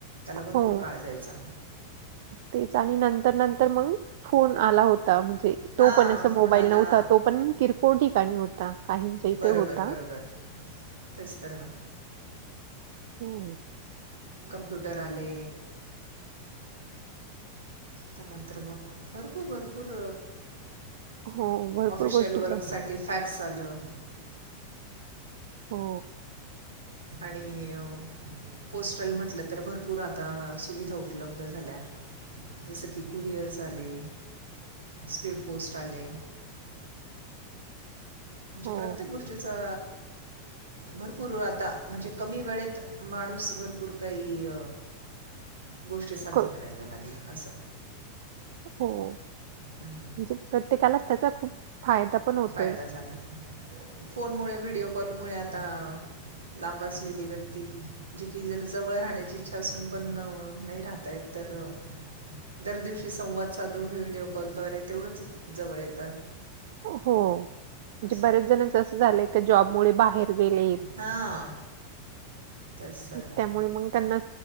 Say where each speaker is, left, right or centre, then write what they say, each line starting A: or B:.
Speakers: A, on the right; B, on the right.
A: त्याला
B: हो
A: भरपूर काळ जायचा.
B: तेच आणि नंतर नंतर मग फोन आला होता म्हणजे
A: हां
B: तो पण अस
A: फोन
B: मोबाईल
A: आला
B: नव्हता तो. आपण किरकोळ ठिकाणी होत. काही ज इ
A: बरोबर
B: ते होता.
A: बरोबर तेच तर ना
B: हम्म.
A: कॉम्प्युटर आले. त्यानंतर मग भरपूर भरपूर.
B: हो भरपूर
A: ऑफिशियल
B: गोष्टी बस
A: वर्क साठी फॅक्स आलं.
B: हो.
A: आणि. पोस्टल म्हटलं तर भरपूर आता सुविधा उपलब्ध झाल्या. जसं की कुरिअर्स आले. स्पीड पोस्ट आले. म्हणजे
B: हो.
A: प्रत्येक गोष्टीचा. भरपूर आता म्हणजे कमी वेळेत माणूस भरपूर काही. गोष्टी साध्य
B: क
A: करायला लागल्या असं.
B: हो म्हणजे
A: हम्म.
B: प्रत्येकालाच त्यांचा खूप. फायदा पण होतोय.
A: फायदा झाला फोन मु व्हिडिओ कॉल मुळे आता. लांब असलेली व्यक्ती जी की जला जवळ राहण्याची इच्छा असून पण नाही राहता येत तर. र. दर दिवशी संवाद साधून व्हिडीिओ कॉलद्वारे तेवढंच जवळ येतात.
B: हो म्हणजे
A: असं
B: बऱ्याच जणांच असं झालंय जॉबमुळे बाहेर. गेलेत
A: हां तेच सर ना
B: त्यामुळे त्यांना